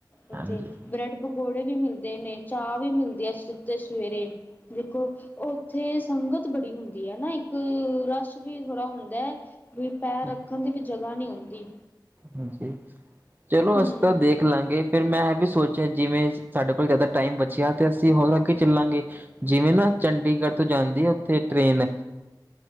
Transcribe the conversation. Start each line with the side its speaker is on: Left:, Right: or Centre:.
Left: ਉੱਥੇ
Right: ਹਾਂਜੀ
Left: ਬ੍ਰੈਡ। ਪਕੌੜੇ ਵੀ ਮਿਲਦੇ ਨੇ ਚਾਹ ਵੀ ਮਿਲਦੀ ਆ ਸਿੱਧੇ ਸਵੇਰੇ ਦੇਖੋ। ਉੱਥੇ ਸੰਗਤ ਬੜੀ ਹੁੰਦੀ ਐ ਨਾ ਇੱਕ ਰਸ਼ ਵੀ ਥੋੜ੍ਹਾ ਹੁੰਦਾ। ਵੀ ਪੈਰ
Right: ਹਾਂਜੀ
Left: ਰੱਖਣ ਦੀ ਵੀ ਜਗਾ ਨਹੀਂ ਹੁੰਦੀ।
Right: ਹਾਂਜੀ ਚਲੋ
Left: ਹਮ
Right: ਅਸੀਂ ਤਾਂ ਦੇਖ ਲਾਂਗੇ। ਫੇਰ ਮੈਂ ਇਹ ਵੀ ਸੋਚ, ਜਿਵੇਂ ਸਾਡੇ ਕੋਲ ਜਿਆਦਾ ਟਾਈਮ ਬਚਿਆ ਤੇ ਅਸੀਂ ਹੋਰ ਅੱਗੇ ਚੱਲਾਂਗੇ। ਜਿਵੇਂ ਨਾ ਚੰਡੀਗੜ੍ਹ ਤੋਂ ਜਾਂਦੀ ਉੱਥੇ ਟ੍ਰੇਨ।